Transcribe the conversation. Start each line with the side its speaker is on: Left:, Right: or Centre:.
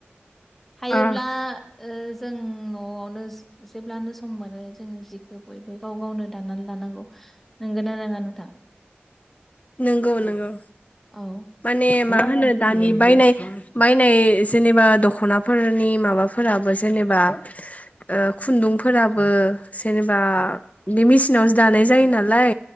Centre: <inaudible> हायोब्ला
Left: ओ
Centre: ओ जों न'आवनो जेब्लानो सम मोनो जोङो जिखौ बयबो गाव गावनो दा लानांगौ नंगौना नङा नोंथां?
Left: नंगौ नंगौ।
Centre: औ
Left: माने मा होनो दानि बायनाय बायनाय जेनेबा दख'नाफोरनि माबाफोरा गाब जेनेबा ओ खुन्दुंफोराबो जेनेबा बे मेसिनावसो दानाय जायो नालाय